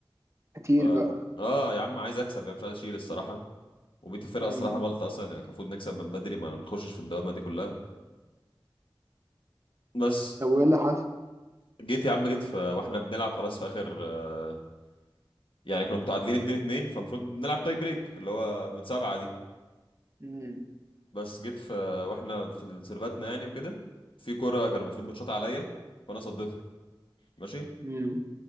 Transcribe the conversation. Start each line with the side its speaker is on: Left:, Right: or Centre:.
Right: قتيل
Left: ف
Right: بقى
Left: اه يا عم عايز اكسب يعني مش عايز اشيل الصراحه وبيت الفرقه
Right: مم.
Left: الصراحه مالطا اصلا يعني كان المفروض نكسب من بدري ما نخشش في الدوامه دي كلها بس
Right: طب وايه اللي حصل؟
Left: جيت يا عم جيت في واحنا بنلعب خلاص في اخر آه، يعني كنا متعادلين 2 2 فالمفروض نلعب تاي بريك اللي هو من سبعه دي
Right: مم.
Left: بس جيت في واحنا في سيرفاتنا يعني وكده في كرة كان المفروض متشاط عليا فانا صديتها ماشي
Right: مم.